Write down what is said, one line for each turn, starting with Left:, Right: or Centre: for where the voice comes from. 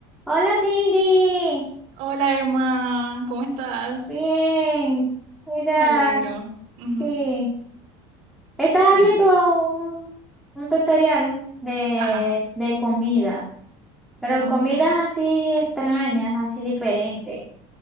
Centre: Hola Cindy,
Right: Hola Emma, ¿cómo estás?
Centre: bien, mira,
Right: Me alegro. Ujú,
Centre: sí, estaba
Right: Dime.
Centre: viendo un, un tutorial de,
Right: Ajá.
Centre: de comidas, pero
Right: Mm,
Centre: comidas así extrañas, así diferentes,